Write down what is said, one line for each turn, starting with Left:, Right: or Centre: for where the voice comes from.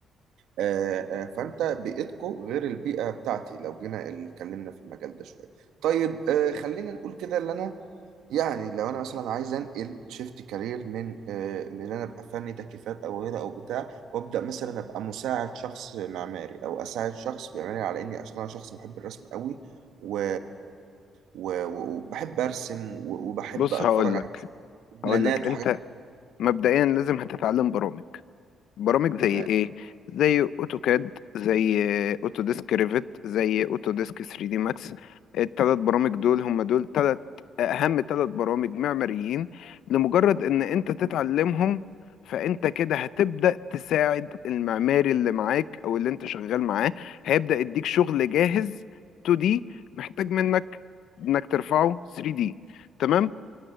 Right: آه، آه، فانت بيئتكو غير البيئه بتاعتي لو جينا اتكلمنا في المجال ده شويه طيب آه، خلينا نقول كده اللي انا يعني لو انا مثلا عايز انقل شيفت كارير من آه، من ان انا ابقى فني تكييفات او غيره او بتاع وابدا مثلا ابقى مساعد شخص معماري او اساعد شخص بيعملي على اني اصلا انا شخص بحب الرسم قوي و... و... وبحب ارسم و- وبحب
Left: بص
Right: اتفرج
Left: هقولك
Right: على بلانات
Left: هقولك انت
Right: وحاجات
Left: مبدئيا لازم هتتعلم برامج برامج
Right: تمام
Left: زي ايه زي اوتوكاد زي اوتوديسك ريفت زي اوتوديسك 3 دي ماكس الثلاث برامج دول هم دول ثلاث اهم ثلاث برامج معماريين لمجرد ان انت تتعلمهم فانت كده هتبدأ تساعد المعماري اللي معاك او اللي انت شغال معاه هيبدأ يديك شغل جاهز 2D محتاج منك انك ترفعه 3D تمام